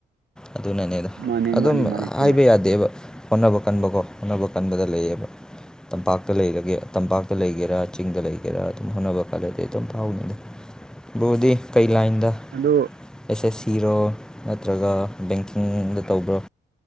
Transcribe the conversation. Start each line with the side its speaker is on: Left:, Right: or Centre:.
Centre: ꯑꯗꯨꯅꯅꯦꯗ
Right: ꯃꯥꯅꯤ ꯃꯥꯅꯤ
Centre: ꯑꯗꯨꯝ
Right: ꯃꯥꯅꯤ ꯆꯨꯝꯃꯦ
Centre: ꯍꯥꯏꯕ ꯌꯥꯗꯦꯕ ꯍꯣꯠꯅꯕ ꯀꯟꯕꯀꯣ ꯍꯣꯠꯅꯕ ꯀꯟꯕꯗ ꯂꯩꯌꯦꯕ ꯇꯝꯄꯥꯛꯇꯥ ꯂꯩꯔꯒꯦ ꯇꯝꯄꯥꯛꯇꯥ ꯂꯩꯒꯦꯔꯥ ꯆꯤꯡꯗ ꯂꯩ ꯒꯦꯔꯥ ꯑꯗꯨꯝ ꯍꯣꯠꯅꯕ ꯀꯜꯂꯗꯤ ꯑꯗꯨꯝ ꯐꯥꯎꯒꯅꯤꯗꯥ ꯕ꯭ꯔꯣꯗꯤ ꯀꯩ ꯂꯥꯏꯟꯗꯥ ꯑꯦꯁ
Right: ꯑꯗꯨ
Centre: ꯑꯦꯁ ꯁꯤꯔꯣ ꯅꯠꯇ꯭ꯔꯥꯒ ꯕꯦꯡꯀꯤꯡꯗꯥ ꯇꯧꯕ꯭ꯔꯣ